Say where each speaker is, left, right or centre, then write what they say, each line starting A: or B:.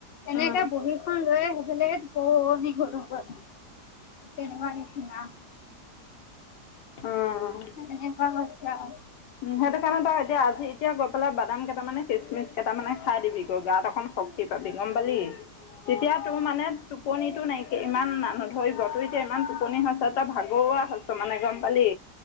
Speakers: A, on the left; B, on the left.
A: এনেকাে
B: অঁ
A: বহী খন লৈ সেইফালে। অ নি গৰম ব তেনে নিছিনা।
B: অঁ
A: সেনে কোৱা অভ্যাস।
B: উম সেইটো কাৰণে তই এতিয়া আজি এতিয়া গৈ পেলাই বাদাম কেইটামানে খচমিচ কেইটামানে খাই দিবি গৈ গাৱত অকণ শক্তি পাবি গম পালি তেতিয়া তোৰ মানে টোপনিটো নাইকিয়া ইমান ন ধৰিব তোৰ এতিয়া ইমান টোপনিছ এটা ভাগৰুৱা হৈছো মানে গম পালি।